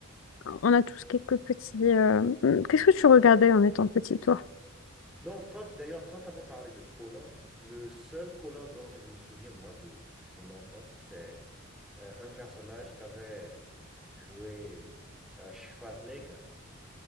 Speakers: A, on the left; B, in the centre.
A: on a tous quelques petits. euh, hum, Qu'est-ce que tu regardais en étant petit, toi?
B: Non, quand d'ailleurs, quand tu avais parlé de Conan, le seul Conan dont je me souviens, moi, de mon enfance, c'est euh, un personnage qu'avait joué euh, Schwarzenegger.